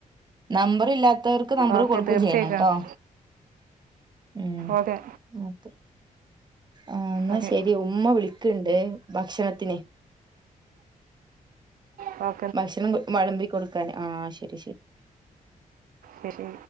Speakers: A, on the right; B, on the right.
A: നമ്പർ ഇല്ലാത്തവർക്ക് നമ്പർ
B: ഓക്കെ
A: കൊടുക്കയും
B: തീർച്ചയായിട്ടും
A: ചെയ്യണംട്ടോ ഉ
B: ഓക്കെ
A: ഓക്കെ ആഹ് എന്നാ
B: ഓക്കെ
A: ശരി ഉമ്മ വിളിക്കണ്ട് ഭക്ഷണത്തിന്
B: ഓ
A: ഭക്ഷണം വളമ്പി കൊടുക്കാന് ആഹ് ശരി ശരി
B: ശരി